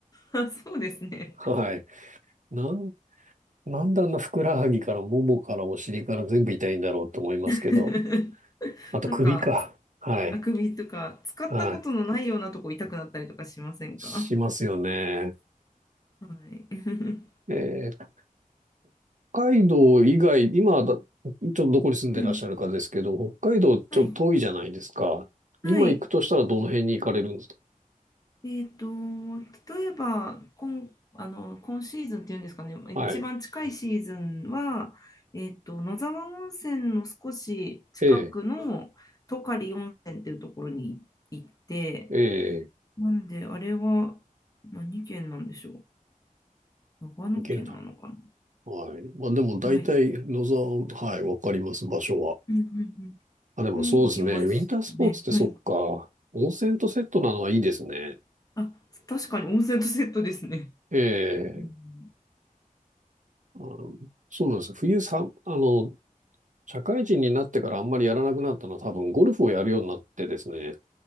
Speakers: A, on the left; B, on the right.
A: あ、そうですね。
B: はい。なん、なんであんなふくらはぎからももからお尻から全部痛いんだろうと思いますけど。
A: <laughs>
B: あと首か。
A: なんか、
B: はい。
A: あくびとか、使ったことのないようなとこ痛くなったりとかしませんか
B: はい。しますよね。
A: はい。<laughs>
B: えー北海道以外、今だ、ちょっとどこに住んでらっしゃるかですけど、
A: うん
B: 北海道ちょっと遠いじゃないですか。
A: はい。
B: 今行くとしたらどの辺に行かれるんですか
A: はい。えっと、例えば今、あの今シーズンっていうんですかね、
B: はい。
A: 一番近いシーズンは、えっと、野沢温泉の少し近くのトカリ温泉っていうところに行って、
B: ええ、ええ、
A: なんで、あれは何県なんでしょう。長野県なのか
B: 行けんだ。はい。まあでも大体野沢、
A: な。はい。
B: はい、わかります、場所は。
A: うんうん
B: あ、でもそうですね。
A: うん。に行きましたね。
B: ウィンタースポーツってそっか。
A: はい。
B: 温泉とセットなのはいいですね。
A: あ、確かに温泉とセットですね。
B: ええ
A: うん、
B: あのそうなんですよ。冬さ、あの、社会人になってからあんまりやらなくなったのは多分ゴルフをやるようになってですね。